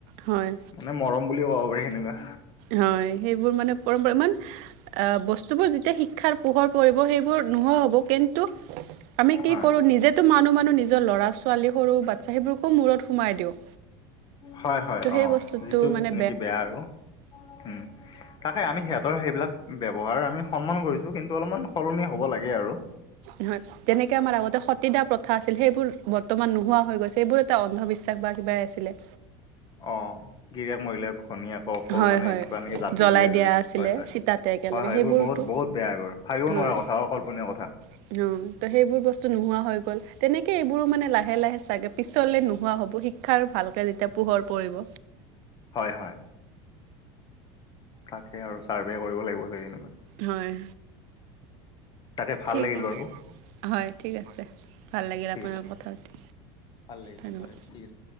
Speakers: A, on the right (about 60°); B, on the left (about 35°).
A: হয়,
B: মানে মৰম বুলিুলও কব পাৰি সেনেকুৱা
A: হয় সেইবোৰ মানে পৰম্পৰা ইমান আহ বস্তুবোৰ যেতিয়া শিক্ষাৰ পোহৰ পৰিব সেইবোৰ নোহোৱা হ'ব কিন্তু আমি কি
B: হয়
A: কৰোঁ নিজেতো মানু, মানু নিজৰ ল'ৰা ছোৱালী সৰু বাচ্ছা সেইবোৰকো মূৰত সোমাই দিওঁ।
B: হয়, হয়
A: ত' সেই
B: অ',
A: বস্তুটো
B: যিটো
A: মানে
B: নেকি বেয়া আৰু উম। তাকে আমি সিহঁতৰ সেইবিলাক ব্যৱহাৰ আমি সন্মান কৰিছোঁ কিন্তু অলপমান সলনি হ'ব লাগে আৰু।
A: নহয়। যেনেকে আমাৰ আগতে সতীদা প্ৰথা আছিল সেইবোৰ বৰ্তমান নোহোৱা হৈ গৈছে সেই বোৰ এটা অন্ধবিশ্বাস বা কিবাই আছিলে।
B: অ', গিৰিয়ক মৰিলে ঘৈনীয়েক আকৌ
A: হয়
B: মানে
A: হয়
B: কিবা এনেকৈ জাতি
A: জ্বলাই
B: দিয়ে জুইত
A: দিয়া আছিলে
B: হয়, হয়, হয়,
A: চিতাতে একেলগে
B: হয়
A: সেইবোৰতো
B: এইবোৰ বহুত বহুত বেয়া এইবাৰ। ভাবিব
A: হয়
B: নোৱাৰা কথা অ', কল্পনীয় কথা।
A: অ', তো সেইবোৰ বস্তু নোহোৱা হৈ গ'ল তেনেকৈ এইবোৰো মানে লাহে, লাহে চাগে পিছলৈ নোহোৱা হ'ব গৈ। শিক্ষাৰ ভালকে যেতিয়া পোহৰ পৰিব।
B: হয়, হয়। তাকে আৰু চাৰ্ভে কৰিব লাগিব যে এনেকুৱা।
A: হয়
B: তাকে ভাল
A: ঠিক
B: লাগিল
A: আছে,
B: বাৰু
A: হয় ঠিক আছে। ভাল লাগিল
B: ঠিক
A: আপোনাৰ
B: আছে।
A: লগত কথা পাতি।
B: ভাল লাগিল
A: ধন্যবাদ
B: সঁচাকৈ ঠিক আছে।